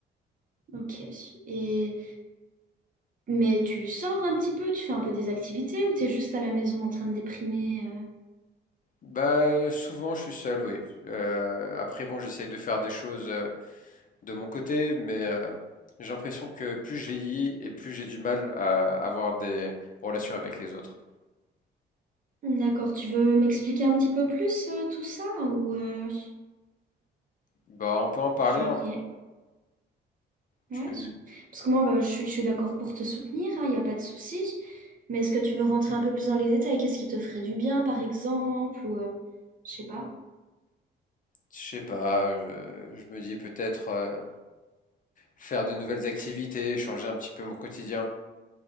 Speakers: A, on the right; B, on the left.
A: Ok. Et mais tu sors un petit peu, tu fais un peu des activités ou t'es juste à la maison en train de déprimer euh
B: Bah souvent je suis seul, oui. Euh, après bon, j'essaye de faire des choses. euh, de mon côté, mais euh, j'ai l'impression que plus je vieillis et plus j'ai du mal à avoir des relations avec les autres.
A: D'accord, tu veux m'expliquer un petit peu plus euh, tout ça ou euh,
B: Bah, on peut en parler
A: genre
B: un peu.
A: rien-
B: Tu,
A: ouais. Parce que moi bah, je suis, je suis d'accord pour te soutenir, il n'y a pas de souci. Mais est-ce que tu veux rentrer un peu plus dans les détails? Qu'est-ce qui te ferait du bien par exemple ou euh, je sais pas.
B: je sais pas, je, je me dis peut-être euh, faire de nouvelles activités, changer un petit peu mon quotidien.